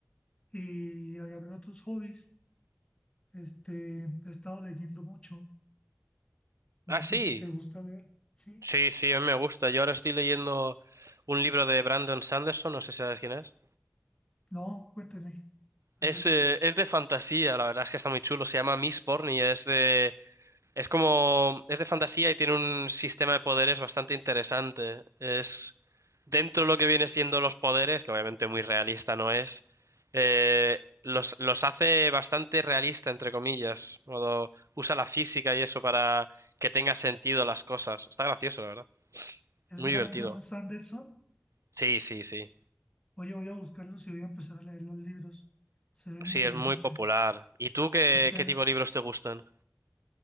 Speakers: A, on the left; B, on the right.
A: y agarré otros hobbies Este, he estado leyendo mucho.
B: Ah,
A: No
B: sí.
A: sé si te gusta leer. Sí,
B: Sí, sí, a mí me gusta. Yo ahora estoy leyendo un libro de Brandon Sanderson. No sé si sabes quién es.
A: no, cuénteme. A
B: Es,
A: ver,
B: eh, es de fantasía, la verdad es que está muy chulo. Se llama Mistborn y es de Es como, es de fantasía y tiene un sistema de poderes bastante interesante. Es dentro de lo que viene siendo los poderes, que obviamente muy realista no es, eh, los, los hace bastante realista, entre comillas. Modo, usa la física y eso para que tenga sentido las cosas. Está gracioso, la verdad.
A: ¿es
B: Muy
A: Brandon
B: divertido.
A: Sanderson?
B: Sí, sí, sí.
A: Oye, voy a buscarlos y voy a empezar a leer los libros. Se ven
B: Sí,
A: interesantes.
B: es muy popular. ¿Y tú qué,
A: Acá,
B: qué tipo de libros te gustan?